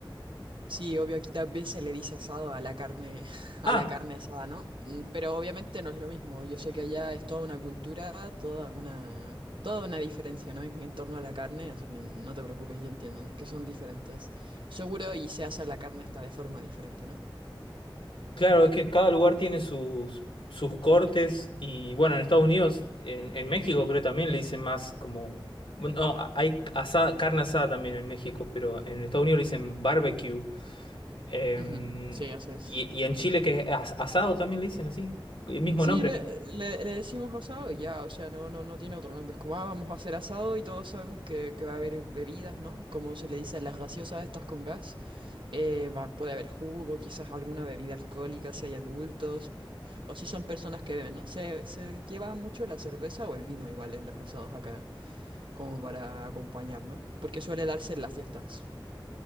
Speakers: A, on the right; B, on the left.
A: Sí, obvio, aquí también se le dice asado a la carne, <laughs> a
B: Ah,
A: la carne asada, ¿no? Mm, Pero obviamente no es lo mismo. Yo sé que allá es toda una cultura, toda una, toda una diferencia, ¿no? En, en torno a la carne, así que no te preocupes, yo entiendo, ¿no? Que son diferentes. Seguro y se hace la carne hasta de forma diferente, ¿no?
B: claro, es que cada lugar tiene sus, sus cortes y bueno, en Estados Unidos, en, en México creo también le dicen más como... No, hay asada, carne asada también en México, pero en Estados Unidos le dicen barbecue. Em,
A: Ujú, Sí, así es.
B: y, y en Chile que es as- asado también le dicen así, el mismo
A: Sí,
B: nombre.
A: le, le, le decimos asado y ya, o sea, no, no, no tiene otro nombre. Es como, ah, vamos a hacer asado y todos sabemos que, que va a haber bebidas, ¿no? Como se le dice a las gaseosas estas con gas. Eh, va- puede haber jugo, quizás alguna bebida alcohólica si hay adultos o si son personas que beben, ¿no? Se, se lleva mucho la cerveza o el vino igual en los asados acá, como para acompañar, ¿no? Porque suele darse en las fiestas.